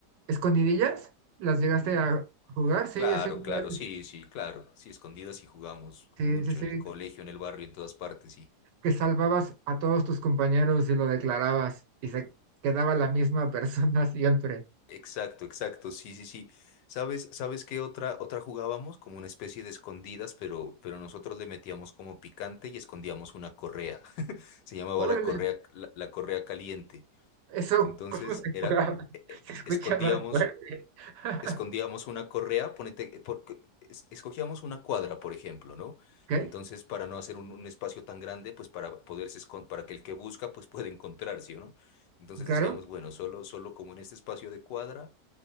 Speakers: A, on the right; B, on the left.
A: escondidillas, las llegaste
B: Ujú.
A: a jugar, sí,
B: Claro,
A: eso igual,
B: claro, sí, sí, claro. Sí, escondidas sí jugamos
A: sí,
B: mucho
A: sí, sí,
B: en el colegio, en el barrio, en todas partes, sí.
A: que salvabas a todos tus compañeros y lo declarabas y se quedaba la misma <laughs> persona siempre.
B: Exacto, exacto, sí, sí, sí. ¿Sabes, sabes qué otra, otra jugábamos? Como una especie de escondidas, pero, pero nosotros le metíamos como picante y escondíamos una correa. <laughs> Se llamaba
A: Órale,
B: la correa, la, la correa caliente.
A: Eso,
B: Entonces
A: ¿cómo se
B: era,
A: jugaba?
B: eh,
A: <laughs>
B: eh,
A: Se escucha
B: escondíamos
A: más fuerte. <laughs>
B: escondíamos una correa, ponete, po- es- escogíamos una cuadra, por ejemplo, ¿no?
A: ¿Qué?
B: Entonces, para no hacer un, un espacio tan grande, pues para poderse escon- para que el que busca, pues pueda encontrar, ¿sí o no? Entonces
A: ¿Claro?
B: decíamos, bueno, solo, solo como en este espacio de cuadra,